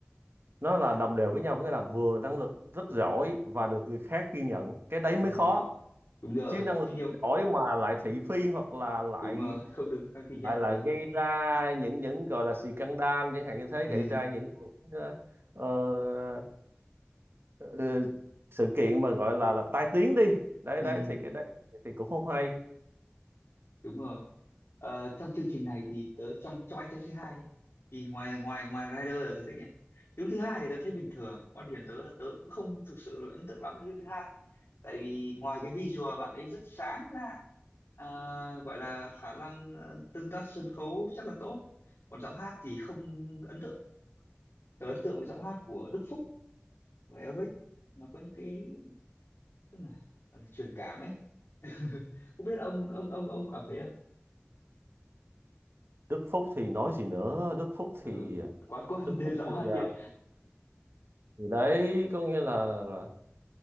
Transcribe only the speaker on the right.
nó là đồng đều với nhau có nghĩa là vừa năng lực rất giỏi và được người khác ghi nhận cái đấy
mới khó
chứ năng lực
giỏi mà lại thị phi hoặc là lại
lại
là
gây ra những những gọi là scandal chẳng hạn như thế
gây ra những, những ờ, ờ, ờ, sự kiện mà gọi là là tai tiếng đi đấy
đấy thì cái đấy thì cũng không hay
Đức Phúc thì nói gì nữa Đức Phúc
thì
Đức
Phúc
thì,
à,
thì đấy có nghĩa là, là